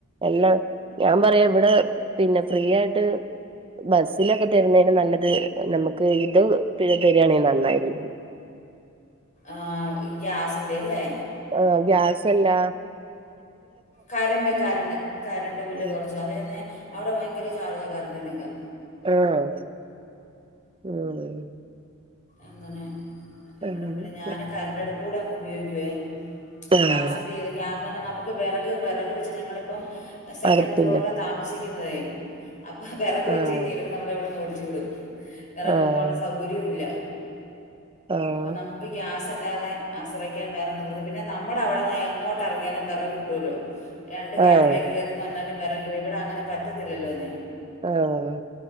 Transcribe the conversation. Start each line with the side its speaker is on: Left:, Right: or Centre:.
Right: എല്ലാം, ഞാൻ പറയ് ഇവടെ പിന്നെ ഫ്രീ ആയിട്ട് ബസ്സിലൊക്കെ തെരുന്നേലും നല്ലത് നമ്മക്ക് ഇത് പിന്നെ തെര് ആണെ നന്നായിരുന്നു.
Left: ആ, ഗ്യാസിന്റെ അല്ലേ?
Right: ആ, ഗ്യാസല്ലാ.
Left: കരണ്ട്, കരണ്ട്, കരണ്ട് ബില്ല്
Right: ഉം
Left: കൊറച്ചു അതെന്നെ അവിടെ ഭ യങ്കര ചാർജാ കറണ്ടിനൊക്കെ.
Right: ആണോ? ഉം.
Left: അങ്ങനെ, ഇവടെ
Right: അങ്ങനെയൊക്കെ
Left: പിന്നെ ഞാന് കറണ്ട്ടുപ്പൂടെ അങ്ങ് ഉപയോഗിക്കുവേ.
Right: ആഹ്
Left: ഗ്യാസിന്റെത് ഗ്യാസ് പർഞ്ഞാ നമ്മക്ക് വെറക്, വെറക് വെച്ച് ഞങ്ങളിപ്പം സെക്കൻഡ്
Right: അറപ്പില്ല
Left: ഫ്ലോറിലാണ് താമസിക്കുന്നുന്നതെ, അപ്പം വിറക്
Right: ആഹ്
Left: വെച്ച് കഴിഞ്ഞാൽ ഇവര് നമ്മളെ ഇവിടെ നിന്ന് ഓടിച്ചു വിടും. വിറക്
Right: ആഹ്
Left: വെക്കാനുള്ള സൗകര്യവുല്ല.
Right: ആഹ്
Left: അപ്പൊ നമു ക്ക് ഗ്യാസില്ലാതെ ആശ്രയിക്കാൻ വേറെ നിവർത്തി, പിന്നെ നമ്മുടെ അവിടെന്ന് എങ്ങോട്ട് എറങ്ങിയാലും വിറക് കിട്ടൂല്ലോ? രണ്ട് കാട്ടിലേക്ക്
Right: ആഹ്
Left: കയറിന്ന് പറഞ്ഞാലും വിറക് കിട്ടും. ഇവിടെ അങ്ങനെ പറ്റത്തില്ലല്ലോന്നേ.
Right: ആഹ്.